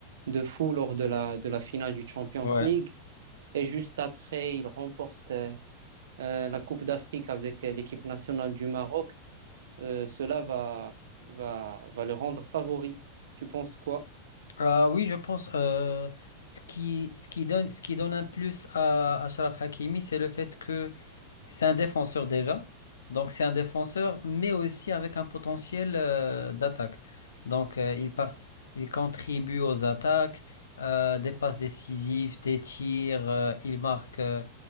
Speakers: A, on the right; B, on the left.
A: de fou lors de la, de la finale du Champions
B: ouais.
A: League, et juste après, il remporte euh, euh, la Coupe d'Afrique avec euh, l'équipe nationale du Maroc, euh, cela va, va, va le rendre favori. Tu penses quoi?
B: Ah oui, je pense euh, ce qui, ce qui donne, ce qui donne un plus à Achraf Hakimi, c'est le fait que c'est un défenseur déjà. Donc c'est un défenseur, mais aussi avec un potentiel euh, d'attaque. Donc euh, il part, il contribue aux attaques, euh, des passes décisives, des tirs, euh, il marque, euh,